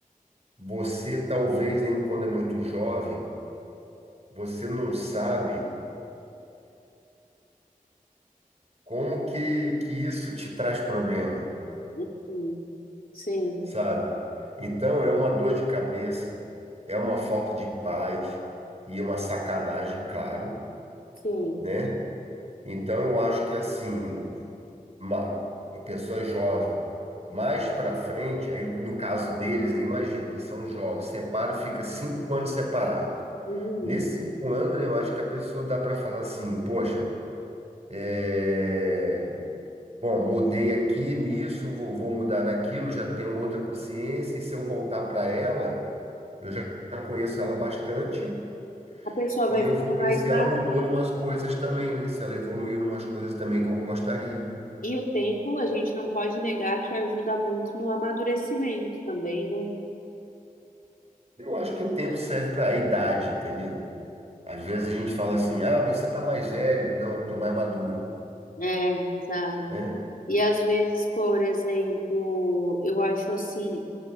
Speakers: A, on the right; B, on the left.
A: você, talvez, ainda quando é muito jovem, você não sabe como que, que isso te traz problema,
B: Uhum, Sim,
A: sabe? Então, é uma dor de cabeça, é uma falta de paz e uma sacanagem, claro,
B: sim.
A: né? Então, eu acho que, assim, uma uma pessoa jovem. Mais para frente, aí no caso deles, né, imagina, eles são jovens, separa, fica cinco anos separado.
B: Uhum.
A: Nesses cinco anos, né, eu acho que a pessoa dá para falar assim, poxa, é, bom, mudei aqui nisso, vou, vou mudar naquilo, já tenho uma outra consciência, e se eu voltar para ela, eu já já conheço ela bastante,
B: A pessoa vai
A: e eu
B: ficando
A: vou ver
B: mais
A: se
B: madura.
A: ela mudou em umas coisas também, né? Se ela evoluiu em umas coisas também que eu gostaria.
B: E o tempo, a gente não pode negar que ajuda muito no amadurecimento também, né?
A: Eu acho que o tempo serve para a idade, entendeu? Às vezes a gente fala assim, ah, você tá mais velho. Não, eu tô mais maduro,
B: É, exato.
A: né?
B: E às vezes, por exemplo, eu acho assim,